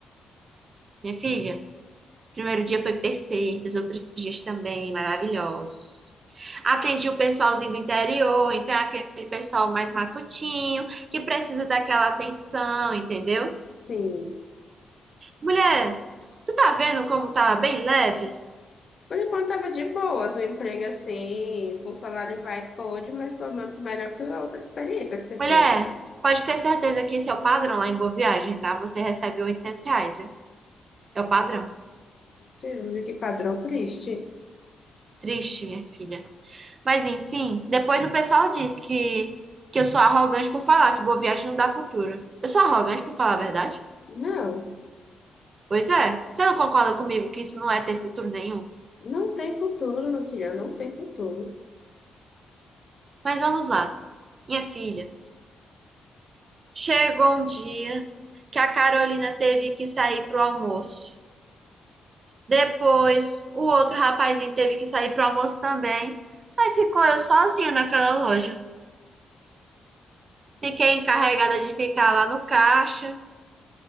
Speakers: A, on the right (about 50°); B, on the left (about 55°).
A: Minha filha, o primeiro dia foi perfeito, os outros dias também maravilhosos. Atendi o pessoalzinho do interior, então é aquele pessoal mais matutinho, que precisa daquela atenção, entendeu?
B: Sim.
A: Mulher, tu tá vendo como tá bem leve?
B: Por enquanto tava de boas, um emprego assim, com salário vai e pode, mas pelo menos melhor que a outra experiência que você teve.
A: Mulher, pode ter certeza que esse é o padrão lá em Boa Viagem, tá? Você recebe 800 reais, viu? É o padrão.
B: Deus, e que padrão triste.
A: Triste, minha filha. Mas enfim, depois o pessoal diz que, que eu sou arrogante por falar que Boa Viagem não dá futuro. Eu sou arrogante por falar a verdade?
B: Não,
A: Pois é. Você não concorda comigo que isso não é ter futuro nenhum?
B: não tem futuro, meu filho, não tem futuro.
A: Mas vamos lá. Minha filha, chegou um dia que a Carolina teve que sair pro almoço. Depois, o outro rapazinho teve que sair pro almoço também. Aí ficou eu sozinha naquela loja. Fiquei encarregada de ficar lá no caixa.